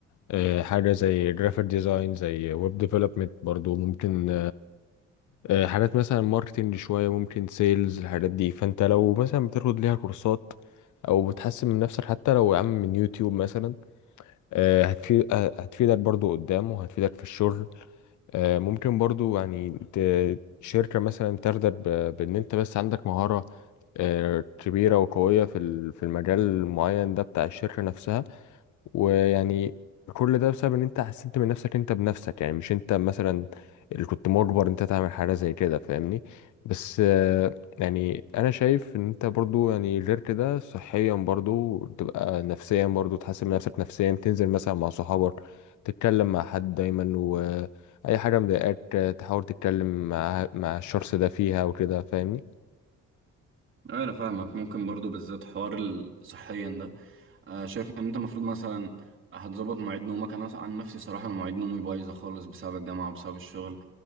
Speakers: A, on the left; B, on the right.
A: اه حاجه زي جرافيك ديزاين زي ويب ديفلوبمنت برضو ممكن آه، حاجات مثلا ماركتنج شوية ممكن سيلز الحاجات دي فانت لو مثلا بتاخد ليها كورسات او بتحسن من نفسك حتى لو يا عم من يوتيوب مثلا آه، هتفيد آه، هتفيدك برضو قدام وهتفيدك في الشغل آه، ممكن برضو يعني ت- شركة مثلا ترضى ب- بان انت بس عندك مهارة آه، كبيرة وقوية في ال- في المجال المعين ده بتاع الشركة نفسها ويعني كل ده بسبب ان انت حسنت من نفسك انت بنفسك يعني مش انت مثلا اللي كنت مجبر انت تعمل حاجه زي كده فاهمني بس آه، يعني انا شايف ان انت برضو يعني غير كده صحيا برضو تبقى نفسيا برضو تحسن من نفسك نفسيا تنزل مثلا مع صحابك تتكلم مع حد دايما واي حاجه مضايقاك آه، تحاول تتكلم مع مع الشخص ده فيها وكده فاهمني
B: أيوة انا فاهمك ممكن برضو بالذات حوار ال- صحيا ده آه شايف ان انت المفروض مثلا هتظبط مواعيد نومك انا عن نفسي صراحة انا مواعيد نومي بايظة خالص بسبب الجامعة وبسبب الشغل